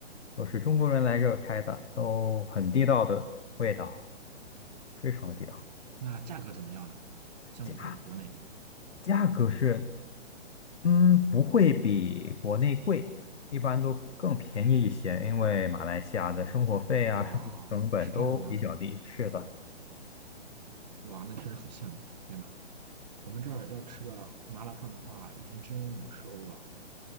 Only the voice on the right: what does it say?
那价格怎么样呢？相比较国内，
哇，
是这样吗？
哇，那确实很羡慕。天呐，我们这儿要吃个麻辣烫的话，人均五十欧啊，